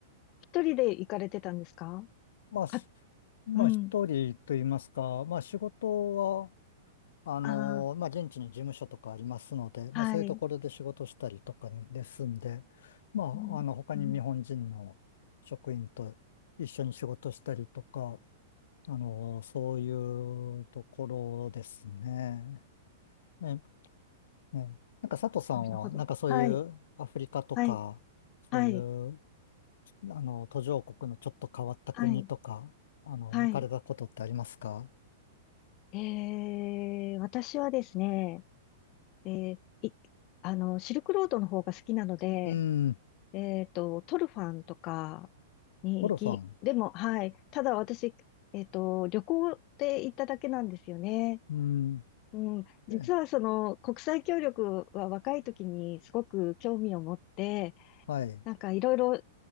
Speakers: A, on the left; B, on the left.
A: 一人で行かれてたんですか
B: まあ、し
A: か、
B: まあ一人と言いますか、
A: うん、
B: まあ仕事はあのーまあ、
A: ああ、
B: 現地に事務所とかありますので、まあ、
A: はい、
B: そういうところで仕事したりとかねですんで、まあ、
A: うん、
B: あの、他に日本人の職員と一緒に仕事したりとか、
A: うん、
B: あのーそういうところですね。ね、ね。なんか佐藤さんは、
A: なるほど。
B: なんかそういうアフリカとか、
A: はい、はい、
B: そういう、
A: はい、
B: あの、途上国のちょっと変わった国とか、
A: はい、
B: あの、
A: はい。
B: 行かれたことってありますか
A: ええ私はですね、えーい、あの、シルクロードの方が好きなので、
B: うん。
A: えっと、トルファンとかに行き、
B: ゴルファン。
A: でも、はい。ただ私、えっと、旅行で行っただけなんですよね。
B: うん。
A: うん。実はその、
B: え
A: 国際協力は若い時にすごく興味を持って、
B: はい。
A: なんかいろいろ